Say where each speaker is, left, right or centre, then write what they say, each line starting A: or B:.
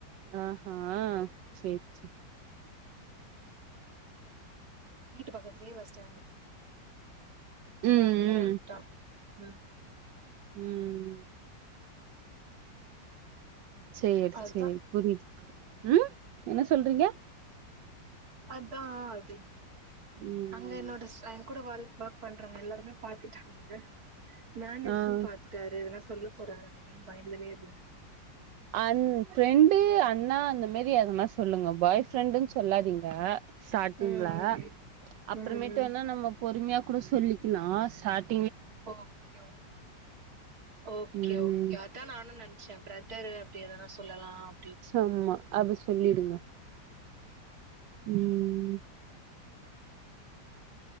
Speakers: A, on the right; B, on the right.
A: ஆஹ்ஹ் சேர் சே
B: வீட்டு பக்கத்துலயே பஸ் ஸ்டாண்ட்
A: ம்
B: நாதா ஆடேட்டா உம்
A: உம் சேரி
B: அதுதா
A: சேரி புரியுது ம் என்ன சொல்றீங்க
B: அதான் அப்டினு
A: ம்
B: அங்க எண்நோட சய் கூட ஒர்க் நோட்பண்றங்க எல்லாருமே பாத்துட்டாங்க நான் நெஜும்
A: ஆ
B: பாத்துட்டாருனா சொல்ல போறே அப்படின் பயந்துனே இருந்தே
A: அன் ஃப்ரெண்டு அண்ணா அந்த மேரி அதுமாரி சொல்லுங்க பாய் ஃப்ரெண்டுன்னு சொல்லாதீங்க ஸ்டார்டிங்ல
B: ம் ம்
A: அப்றமேட்டூ
B: ம் ம் ம்
A: னா நம்ம பொறுமையா கூட சொல்லிகிலா ஸ்டாட்
B: ஒக் ஒகே ஒகே
A: ம்
B: ஒகே அதான் நானும் நனச் சே பிரதரு அப்டிஎதனா சொல்லலாம்
A: சும்ம அப்டி சொல்லிடுங்க
B: உம்
A: உம்